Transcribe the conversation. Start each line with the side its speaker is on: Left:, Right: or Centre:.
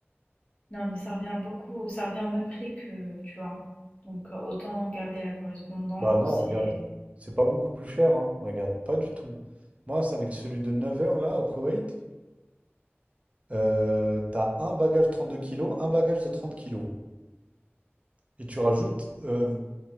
Left: Non, mais ça revient beaucoup, ça revient au même prix que, tu vois. Donc euh, autant garder la correspondance
Right: Bah non, regarde.
Left: et
Right: C'est pas beaucoup plus cher, hein. Regarde, pas du tout. Moi, c'est avec celui de 9 heures, là, au Koweït. euh, t'as un bagage de 32 kilos, un bagage de 30 kilos. Et tu rajoutes euh,